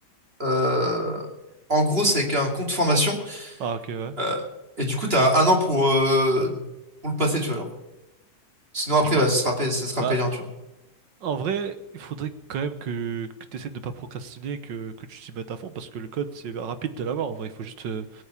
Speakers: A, on the right; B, on the right.
A: euh, en gros, c'est avec un compte formation.
B: Ah ok, ouais.
A: Euh, et du coup, t'as un an pour, euh, pour le passer, tu vois, alors. Sinon, après,
B: Bah, je pense,
A: bah, ce sera, pay- ce sera
B: bah,
A: payant, tu vois.
B: en vrai, il faudrait quand même que, que tu essaies de ne pas procrastiner, que, que tu t'y mettes à fond, parce que le code, c'est rapide de l'avoir, en vrai, il faut juste euh,